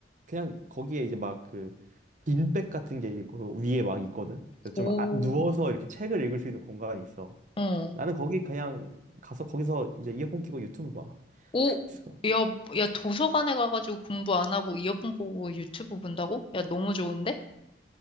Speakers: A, on the right; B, on the left.
A: 그냥 거기에 이제 막 그 빈백 같은 게 있고 그 위에 막 있거든. 그래서
B: 오,
A: 좀 아- 누워서 이렇게 책을 읽을 수 있는 공간이 있어.
B: 어.
A: 나는 거기 그냥 가서 거기서 이제 이어폰 끼고 유튜브 봐.
B: 오,
A: <laughs> 그래서
B: 야, 야, 도서관에 가가지고 공부 안 하고 이어폰 꽂고 유튜브 본다고? 야, 너무 좋은데?